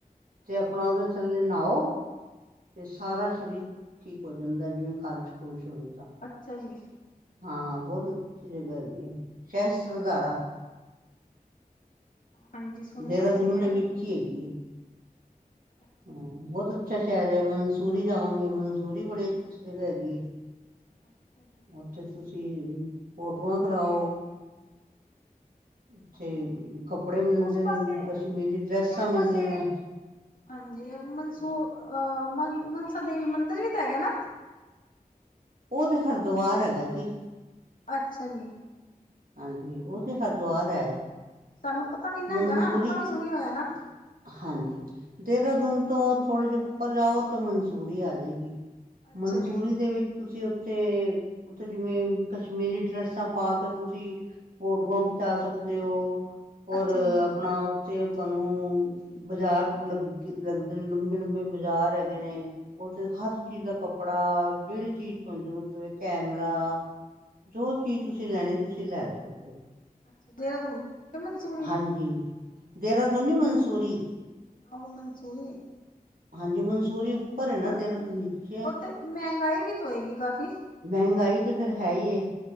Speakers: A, on the left; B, on the right.
A: ਅੱਛਾ
B: ਤੇ ਆਪਣਾ
A: ਜੀ,
B: ਉਹਦੇ ਥੱਲੇ ਨਾਓ ਤੇ ਸਾਰਾ ਸਰੀਰ ਠੀਕ ਹੋ ਜਾਂਦਾ ਜਿਵੇਂ ਖਾਰਿਸ਼-ਖ਼ੁਰਿਸ਼ ਹੋਵੇ ਤਾਂ।
A: ਅੱਛਾ ਜੀ।
B: ਹਾਂ ਬੋਤ ਅੱਛੀ ਜਗ੍ਹਾ ਹੈਗੀ ਐ ਸ਼ਹਸ਼ਰਧਾਰਾ।
A: ਹਾਂਜੀ ਸੁਣ
B: ਦੇਹਰਾਦੂਨ
A: ਹੋਇਆ ਸੀ ਮੈਂ ਵੀ।
B: <unintelligible> ਹੈਗੀ ਏ।
A: ਅੱਛਾ
B: ਹਾਂ
A: ਜੀ।
B: ਬੋਹਤ ਅੱਛਾ ਸ਼ਹਿਰ ਏ ਮਨਸੂਰੀ ਜਾਵਾਂਗੇ ਮਨਸੂਰੀ ਬੜੀ ਅੱਛੀ ਜਗ੍ਹਾ ਹੈਗੀ ਹੈ।
A: ਅੱਛਾ ਜੀ।
B: ਉੱਥੇ ਤੁਸੀਂ ਫੋਟੋਆਂ ਕਰਾਓ। ਉੱਥੇ
A: ਹਾਂਜੀ।
B: ਕੱਪੜੇ ਮਿਲਦੇ
A: ਉਸ ਪਾਸੇ
B: ਨੇ ਕਸ਼ਮੀਰੀ ਡਰੈਸਾਂ
A: ਉਸ
B: ਮਿਲਦੀਆਂ
A: ਪਾਸੇ
B: ਨੇ।
A: ਹਾਂਜੀ ਮਨਸੂ ਅਹ ਮਨਸਾ ਦੇਵੀ ਮੰਦਿਰ ਵੀ ਤਾਂ ਹੈਗਾ ਨਾ।
B: ਉਹ ਤੇ ਹਰਦੁਆਰ ਹੈਗਾ ਜੀ।
A: ਅੱਛਾ ਜੀ।
B: ਹਾਂਜੀ ਉਹ ਤੇ ਹਰਦੁਆਰ ਹੈ।
A: ਸਾਨੂੰ ਪਤਾ ਨੀ ਨਾ
B: ਮਨਸੂਰੀ
A: ਹੈਗਾ ਨਾ ਆਪਾ ਵੀ ਸੁਣ ਹੋਇਆ ਨਾ।
B: ਹਾਂਜੀ ਦੇਹਰਾਦੂਨ ਤੋਂ ਥੋੜੇ ਜਿਹੇ ਉੱਪਰ ਜਾਓ ਤਾਂ ਮਨਸੂਰੀ ਆ ਜੇਗੀ।
A: ਅੱਛਾ
B: ਮਨਸੂਰੀ
A: ਜੀ
B: ਦੇ ਵਿੱ ਤੁਸੀਂ ਉੱਥੇ, ਉੱਥੇ ਜਿਵੇਂ ਕਸ਼ਮੀਰੀ ਡਰੈਸਾਂ ਪਾ ਕੇ ਤੁ ਸੀਂ ਫੋਟੋਆਂ ਖਿਚਾ ਸਕਦੇ ਹੋ
A: ਅੱਛਾ
B: ਔਰ
A: ਜੀ।
B: ਆਪਣਾ ਉੱਥੇ ਤੁਹਾਨੂੰ ਬਜ਼ਾਰ ਲੱ ਲੱਗਦੇ ਨੇ ਲੰਬੇ-ਲੰਬੇ ਬਾਜ਼ਾਰ ਹੈਗੇ
A: ਅੱਛਾ
B: ਨੇ।
A: ਜੀ।
B: ਉੱਥੇ ਹਰ ਚੀਜ਼ ਦਾ ਕੱਪੜਾ ਜਿਹੜੀ ਚੀਜ਼ ਤੋਂ ਜ਼ਰੂਰਤ ਵੇ ਕੈਮਰਾ ਜੋ ਚੀਜ਼ ਤੁਸੀਂ ਲੈਣੀ ਤੁਸੀਂ ਲੈ ਸਕਦੇ ਹੋ
A: ਅੱਛਾ ਦੇਹਰਾਦੂਨ ਕਿ ਮਨਸੂਰੀ
B: ਹਾਂਜੀ। ਦੇਹਰਾਦੂਨੀ ਮਨਸੂਰੀ।
A: ਆਹ ਮਨਸੂਰੀ।
B: ਹਾਂਜੀ ਮਨਸੂਰੀ। ਹੈ ਨਾ
A: ਪਰ
B: ਦੇਹਰਾਦੂਨ ਨੀਚੇ ਹੈ।
A: ਉੱਥੇ ਮਹਿੰਗਾਈ ਵੀ ਤੇ ਹੋਏਗੀ ਕਾਫ਼ੀ।
B: ਮਹਿੰਗਾਈ ਤੇ ਫੇਰ ਹੈ ਹੀ